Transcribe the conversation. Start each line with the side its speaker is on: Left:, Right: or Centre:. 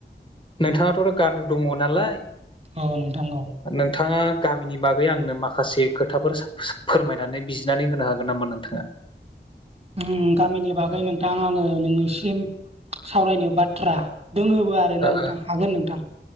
Left: नोंथाङाथ' गामियाव दङ नालाय।
Right: औ नोंथां औ।
Left: नोंथाङा गामिनि बागै आंनो माखासे खोथाफोर सा-सा फोरमायनानै बिजिनानै होनो हागोन नामा नोंथाङा?
Right: उम गामिनि बागै नोंथां आङो नोंनिसिम सावरायनो बाथ्रा दोङोबो आरोना नोंथां
Left: ओ
Right: हागोन नोंथां।